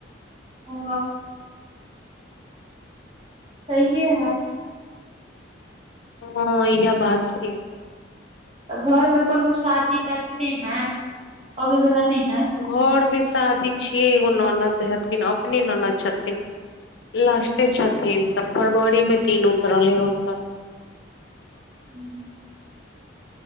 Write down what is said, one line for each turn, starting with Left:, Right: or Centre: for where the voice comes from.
Right: ओ। सहिए है
Left: ओ इहे बात है।
Right: तऽ घर मे कोनो शादी तादी नहि है अबै वला नहि है
Left: घर मे शादी छियै एगो ननद हथिन अपने ननद छथिन लास्टे छथिन तऽ फरवरी मे दिन उतरलै हुनकर।
Right: हू